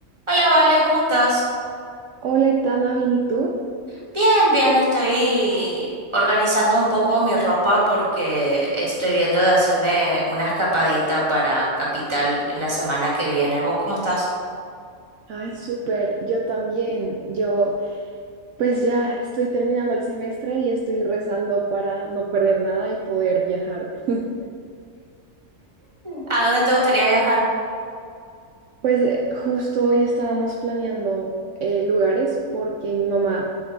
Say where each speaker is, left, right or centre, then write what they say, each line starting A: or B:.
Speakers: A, on the right; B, on the right.
A: Hola, Vale, ¿cómo estás?
B: Hola, Itana, ¿bien y tú?
A: Bien, bien, estoy organizando un poco mi ropa porque estoy viendo de hacerme una escapadita para Capital en la semana que viene. ¿Vos cómo estás?
B: Ay, súper, yo también. Yo, pues ya estoy terminando el semestre y estoy rezando para no perder nada y poder viajar. <laughs>
A: ¿A dónde te gustaría viajar?
B: Pues eh, justo hoy estábamos planeando eh, lugares porque mi mamá